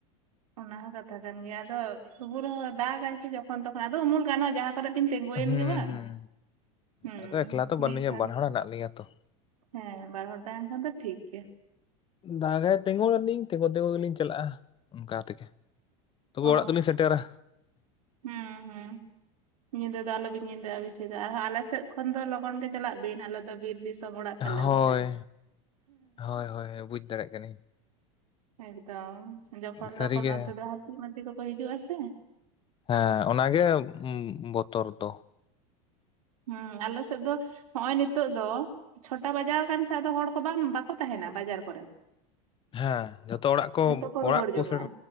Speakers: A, on the right; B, on the left.
A: ᱚᱱᱟ ᱦᱚᱸ ᱠᱟᱛᱷᱟ ᱠᱟᱱ ᱜᱮᱭᱟ ᱟᱫᱚ ᱛᱚᱵᱩ ᱨᱮᱦᱚᱸ ᱫᱟᱜᱟᱭ ᱥᱮ ᱡᱚᱠᱷᱚᱱ ᱛᱚᱠᱷᱚᱱ ᱟᱫᱚ ᱩᱢᱩᱞ ᱜᱟᱱᱚᱜᱼᱟ ᱡᱟᱦᱟᱸ ᱠᱚᱨᱮ ᱵᱤᱱ ᱛᱤᱸᱜᱩᱭᱮᱱ
B: ᱦᱩᱸ
A: ᱜᱮ ᱵᱟᱝ
B: ᱦᱩᱸ
A: ᱦᱩᱸ
B: ᱟᱫᱚ ᱮᱠᱞᱟ ᱛᱚ ᱵᱟᱹᱱᱩᱧᱟ
A: ᱢᱤᱫ ᱜᱷᱟᱹᱲ
B: ᱵᱟᱱ ᱦᱚᱲ ᱦᱮᱱᱟᱜ ᱞᱤᱧᱟ ᱛᱚ
A: ᱦᱮᱸ ᱵᱟᱨ ᱦᱚᱲ ᱛᱟᱦᱮᱱ ᱠᱷᱟᱱ ᱫᱚ ᱴᱷᱤᱠ ᱜᱮ
B: ᱫᱟᱜᱟᱭ ᱛᱤᱸᱜᱩᱱ ᱟᱞᱤᱧ ᱛᱤᱸᱜᱩ ᱛᱤᱸᱜᱩ ᱜᱮᱞᱤᱧ ᱪᱟᱞᱟᱜᱼᱟ ᱚᱱᱠᱟ ᱛᱮᱜᱮ ᱛᱚᱵᱩ
A: ᱚ
B: ᱚᱲᱟᱜ ᱫᱚᱞᱤᱱᱧ ᱥᱮᱴᱮᱨᱟ᱾
A: ᱦᱩᱸ ᱦᱩᱸ ᱧᱤᱫᱟᱹ ᱫᱚ ᱟᱞᱚᱵᱤᱱ ᱧᱤᱫᱟᱹᱜ ᱟ ᱵᱮᱥᱤ ᱫᱚ ᱟᱨ ᱟᱞᱮᱥᱮᱫ ᱠᱷᱚᱱ ᱫᱚ ᱞᱚᱜᱚᱱ ᱜᱮ ᱪᱟᱞᱟᱜ ᱵᱤᱱ ᱟᱞᱮ ᱫᱚ ᱵᱤᱨ ᱫᱤᱥᱚᱢ ᱥᱚᱢ ᱵᱟᱲᱟᱜ ᱛᱟᱞᱮ
B: ᱦᱳᱭ
A: ᱚᱱᱛᱮ ᱾
B: ᱦᱳᱭ ᱦᱳᱭ ᱵᱩᱡᱽ ᱫᱟᱲᱮᱭᱟᱜ ᱠᱟᱱᱟᱹᱧ᱾
A: ᱮᱠᱫᱚᱢ ᱡᱚᱠᱷᱚᱱ
B: ᱥᱟᱹᱨᱤᱜᱮ
A: ᱛᱚᱠᱷᱚᱱ ᱚᱱᱛᱮ ᱫᱚ ᱦᱟᱹᱛᱤ ᱢᱟᱛᱤ ᱠᱚᱠᱚ ᱦᱤᱡᱩᱜᱼᱟ ᱥᱮ᱾
B: ᱦᱮᱸ ᱚᱱᱟᱜᱮ ᱵᱚᱛᱚᱨ ᱫᱚ᱾
A: ᱦᱮᱸ ᱟᱞᱮ ᱥᱮᱫ ᱫᱚ ᱦᱚᱸᱜᱼᱚᱭ ᱱᱤᱛᱚᱜ ᱫᱚ, ᱪᱷᱚᱴᱟ ᱵᱟᱡᱟᱣ ᱟᱠᱟᱱ ᱥᱮ ᱟᱫᱚ ᱦᱚᱲ ᱠᱚ ᱵᱟᱝ ᱵᱟᱠᱚ ᱛᱟᱦᱮᱱᱟ ᱵᱟᱡᱟᱨ ᱠᱚᱨᱮ᱾
B: ᱦᱮᱸ ᱡᱚᱛᱚ ᱚᱲᱟᱜ ᱠᱚ
A: ᱡᱷᱚᱛᱚ ᱨᱩᱣᱟᱹᱲ
B: ᱚᱲᱟᱜ ᱠᱚ
A: ᱡᱚᱝᱟ
B: ᱥᱮᱴᱮᱨ